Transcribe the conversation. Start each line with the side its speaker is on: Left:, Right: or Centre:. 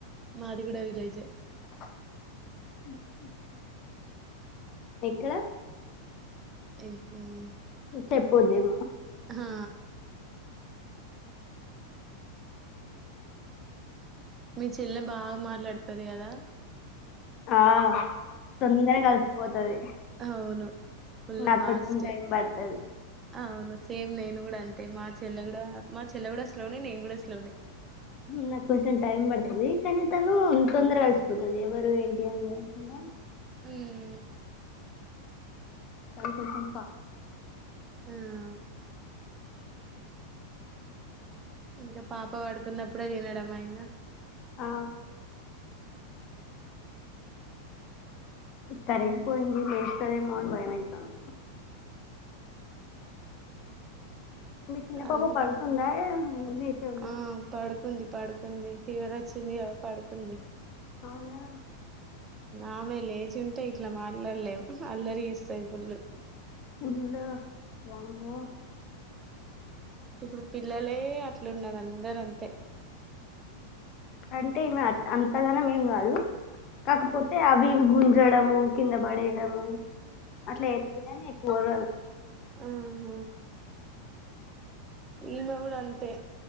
Right: మాది గూడ విలేజ్ యే
Left: <inaudible> ఎక్కడ
Right: <unintelligible>
Left: చెప్పొద్దేమో
Right: ఆ మీ చెల్లె బాగా మాట్లాడ్తది కదా
Left: ఆ తొందర కలిసిపోతది
Right: అవును ఫుల్
Left: నాకు
Right: ఫాస్ట్
Left: కొంచం టైం పడుతది
Right: అవును సేమ్ నేను కూడా అంతే మా చెల్లె కూడా మా చెల్లె కూడా స్లోనే నేను కూడా స్లోనే
Left: నాకు కొంచెం టైమ్ పడుతది కానీ తను తొందర అలసిపోతుది ఎవరు ఏంటి అని నా
Right: ఉమ్
Left: దానికి కొంచెం
Right: ఉమ్ ఇంకా పాప పడుకున్నప్పుడే తినడమ్మా ఇంకా
Left: ఆ కరెంట్ పోయింది లేస్తదేమో అన్ని భయమైతుంది మీ చిన్న
Right: అల్
Left: పాప పడుకుందా లేచే ఉందా
Right: ఆ పడుకుంది పడుకుంది ఫీవర్ వచ్చింది కదా పడుకుంది
Left: అవునా
Right: ఆమె లేచి ఉంటే ఇట్లా మాట్లాడలేం అల్లరి చేస్తది ఫుల్
Left: ఫుల్లు ఆ వామ్మో
Right: ఇప్పుడు పిల్లలే అట్లున్నారు అందరంతే
Left: అంటే ఈమె అంతగాన మేం కాదు కాకపోతే అవి గుంజడము కింద పడేయడము అట్లా చేస్తది కానీ ఎక్కువ ఏం ఓర్రదు
Right: ఆహ ఈమె గూడ అంతే